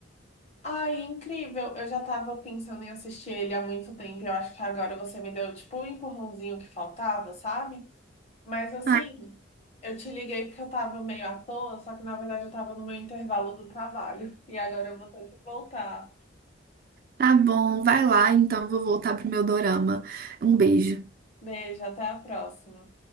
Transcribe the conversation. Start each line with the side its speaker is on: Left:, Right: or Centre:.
Left: Ai, incrível! Eu já tava pensando em assistir ele há muito tempo. Eu acho que agora você me deu tipo o empurrãozinho que faltava, sabe? Mas assim,
Right: Ai,
Left: eu te liguei porque eu tava meio à toa, só que na verdade eu tava no meu intervalo do trabalho. E agora eu vou ter que voltar.
Right: tá bom, vai lá, então eu vou voltar pro meu dorama. Um beijo.
Left: Beijo, até a próxima.